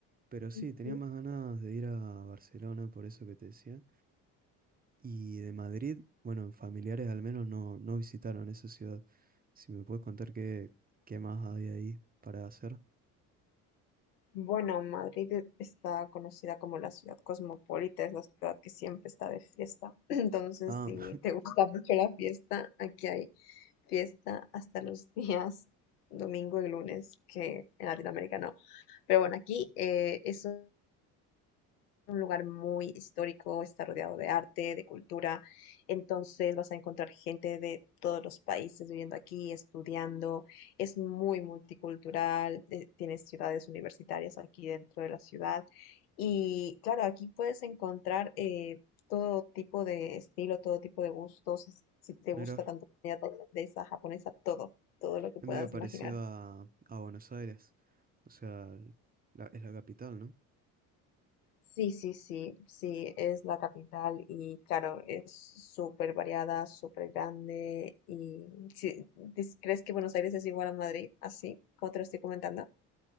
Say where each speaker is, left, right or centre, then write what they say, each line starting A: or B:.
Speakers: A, on the right; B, on the left.
A: pero sí,
B: Ujú.
A: tenía más ganas de ir a Barcelona, por eso que te decía. Y de Madrid, bueno, familiares al menos no, no visitaron esa ciudad. Si me puedes contar qué, qué más hay ahí para hacer.
B: Bueno, Madrid e- está conocida como la ciudad cosmopolita, es la ciudad que siempre está de fiesta. <clears throat> <laughs> Entonces,
A: Ah,
B: si
A: <laughs>
B: te gusta mucho la fiesta, aquí hay fiesta hasta los días domingo y lunes, que en Latinoamérica no. Pero bueno, aquí eh, eso un lugar muy histórico, está rodeado de arte, de cultura, entonces vas a encontrar gente de todos los países viviendo aquí, estudiando, es muy multicultural, eh, tienes ciudades universitarias aquí dentro de la ciudad y claro, aquí puedes encontrar eh, todo tipo de estilo, todo tipo de gustos, si si te
A: mira,
B: gusta tanto comida tailandesa, japonesa, todo, todo lo que
A: es
B: puedas
A: medio parecido
B: imaginar.
A: a, a Buenos Aires. O sea, la- es la capital, ¿no?
B: Sí, sí, sí, sí, es la capital y claro, es súper variada, súper grande y sí, dis- ¿crees que Buenos Aires es igual a Madrid? Así, como te lo estoy comentando.